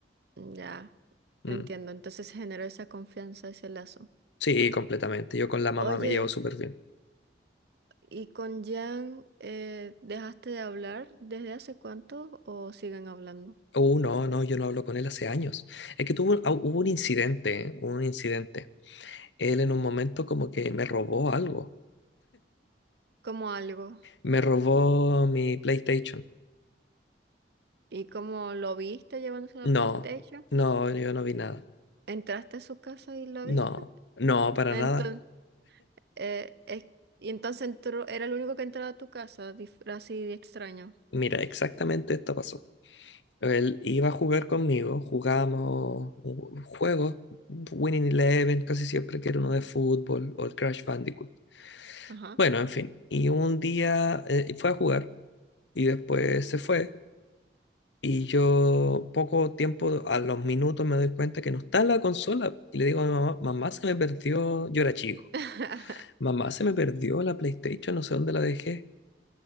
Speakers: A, on the right; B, on the left.
A: ya,
B: Mm.
A: entiendo. Entonces se generó esa confianza, ese lazo.
B: Sí, completamente. Yo con la mamá
A: Oye,
B: me llevo súper bien.
A: ¿y con Jan eh, dejaste de hablar desde hace cuánto o siguen hablando?
B: Uh, no, no, yo no hablo con él hace años. Es que tuvo, ah, hubo un incidente, ¿eh? hubo un incidente. Él en un momento como que me robó algo.
A: Como algo.
B: Me robó mi PlayStation.
A: ¿Y cómo lo viste llevándose la PlayStation?
B: No, no, yo no vi nada.
A: ¿Entraste a su casa y lo viste?
B: No, no, para
A: Entonces,
B: nada.
A: eh, es- y entonces entró, era el único que entraba a tu casa, dif- así de extraño.
B: Mira, exactamente esto pasó. Él iba a jugar conmigo, jugábamos un- juegos, Winning Eleven, casi siempre que era uno de fútbol, o el Crash Bandicoot.
A: Ajá.
B: Bueno, en fin, y un día eh, fue a jugar y después se fue y yo poco tiempo, a los minutos me doy cuenta que no está la consola y le digo a mi mamá, mamá se me perdió, yo era chico,
A: <laughs>
B: mamá se me perdió la PlayStation, no sé dónde la dejé.